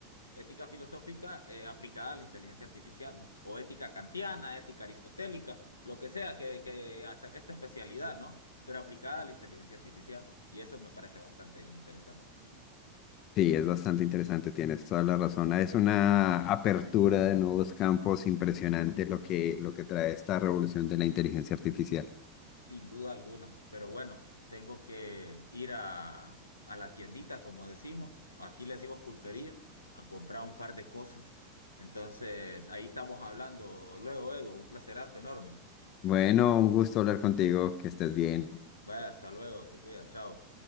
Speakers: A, on the left; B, on the left.
A: ética filosófica eh, aplicada a la inteligencia artificial, ¿no? O ética kantiana, ética aristotélica, lo que sea que, que saque esta especialidad, ¿no? Pero aplicada a la inteligencia artificial. Y eso me parece bastante interesante.
B: Sí, es bastante interesante, tienes toda la razón. Es una apertura de nuevos campos impresionante lo que, lo que trae esta revolución de la inteligencia artificial.
A: Sin duda alguna, pero bueno, tengo que ir a, a la tiendita, como decimos, aquí le decimos pulpería, a comprar un par de cosas. Entonces, ahí estamos hablando luego, Edu, un placerazo enorme.
B: Bueno, un gusto hablar contigo, que estés bien.
A: Vaya, hasta luego, te cuidas, chao.